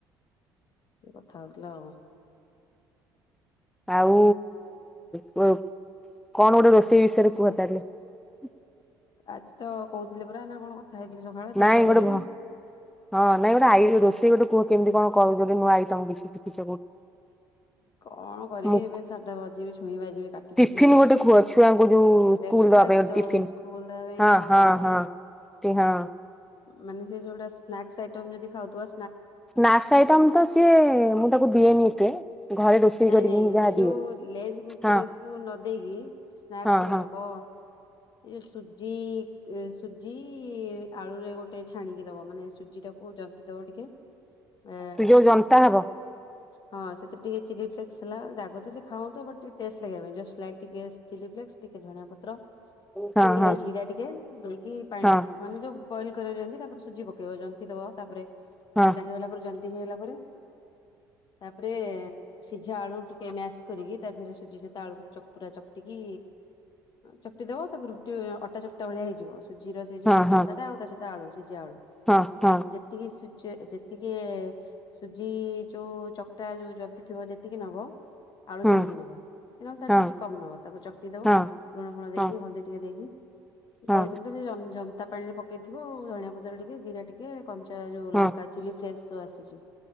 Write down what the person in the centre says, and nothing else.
ଆଉ କଣ ଗୋଟେ ରୋଷେଇ ବିଷୟରେ କୁହ। <unintelligible>
ନାଇଁ
ଗୋଟେ ଭ ହଁ ନାଇଁ ଗୋଟେ ଆଇ ରୋଷେଇ ଗୋଟେ କୁହ। କେମିତି କଣ କରୁଛନ୍ତି ନୂଆ ଆଇଟମ କିଛି କିଛି।
ମୁଁ
ଟିଫିନ
ଗୋଟେ କୁହ ଛୁଆଙ୍କୁ ଯୋଉ
ସ୍କୁଲ ଦବା
ପାଇଁ ଗୋଟେ ଟିଫିନ
ହଁ
ହଁ
ହଁ। ଟି ହଁ
ସ୍ନାକ୍ସ ଆଇଟମ ତ ସିଏ ମୁଁ ତାକୁ ଦିଏନି ଏତେ? ଘରେ ରୋଷେଇ
କରିକି
ହିଁ ଯାହା
ଦିଏ
ହଁ
ହଁ
ହଁ
ତୁ ଯୋଉ ଜନତା ହବ।
ହଁ
ହଁ।
ହଁ
ହଁ
ହଁ
ହଁ
ହଁ ହଁ
ହୁଁ
ହଁ
ହଁ
ହଁ।
ହଁ
ହଁ